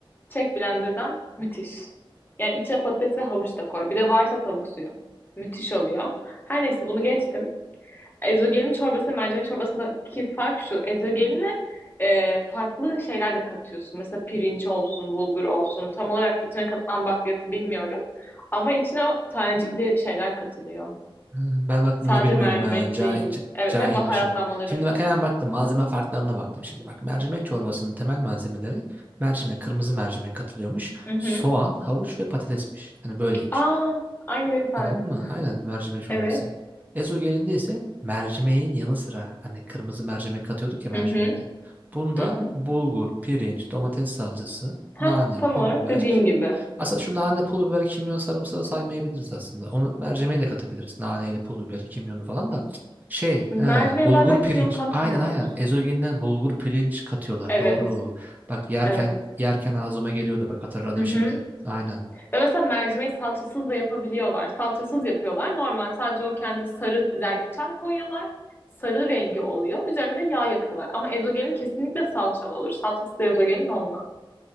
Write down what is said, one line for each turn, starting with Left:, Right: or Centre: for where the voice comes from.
Left: çek blenderdan. Müthiş. Yani içine patates ve havuç da koy. Bir de varsa tavuk suyu. Müthiş oluyor. Her neyse bunu geçtim. Ezogelin çorbası ve mercimek çorbasındaki fark şu. Ezogeline e, farklı şeyler de katıyorsun. Mesela pirinç olsun, bulgur olsun. Tam olarak içine katılan bakliyatı bilmiyorum. Ama içine o tanecikli şeyler katılıyor.
Right: Ha, Ben bak
Left: Sadece
Right: bunu bilmiyordum
Left: mercimek
Right: ha. Ca-
Left: değil.
Right: c-
Left: Evet
Right: cahilmişim.
Left: ve baharatlanmaları
Right: Şimdi
Left: da farklı.
Right: bak hemen baktım. Malzeme farklarına baktım şimdi. Bak mercimek çorbasının temel malzemeleri mercimek, kırmızı mercimek katılıyormuş.
Left: Hı hı.
Right: Soğan, havuç ve patatesmiş. Hani böyleymiş.
Left: Aa, aynı benim tarifim.
Right: Anladın mı? Aynen mercimek
Left: <laughs>
Right: çorbası.
Left: Evet.
Right: Ezogelinde ise mercimeğin yanı sıra hani kırmızı mercimek katıyorduk ya mercimekte.
Left: Hı hı.
Right: Bunda
Left: Hı hı.
Right: bulgur, pirinç, domates salçası,
Left: Heh,
Right: nane,
Left: tam
Right: pul
Left: olarak
Right: biber,
Left: dediğim gibi.
Right: aslında şu nane, pul biber, kimyon, sarımsağı saymayabiliriz aslında. Onu mercimeğe de katabiliriz. Naneyle pul biberi, kimyonu falan da. Şey,
Left: Mercimeğe
Right: ha, bulgur
Left: bazen kimyon
Right: pirinç.
Left: katmıyorlar.
Right: Aynen aynen. Ezogelinden bulgur pirinç katıyorlar.
Left: Evet.
Right: Doğru. Bak yerken
Left: Evet.
Right: yerken ağzıma geliyordu. Bak hatırladım
Left: Hı hı.
Right: şimdi. Aynen.
Left: Ve mesela mercimeği salçasız da yapabiliyorlar. Salçasız yapıyorlar. Normal sadece o kendi sarı zerdeçal koyuyorlar. Sarı rengi oluyor. Üzerine de yağ yakıyorlar. Ama ezogelin kesinlikle salçalı olur. Salçası da ezogelin olmaz.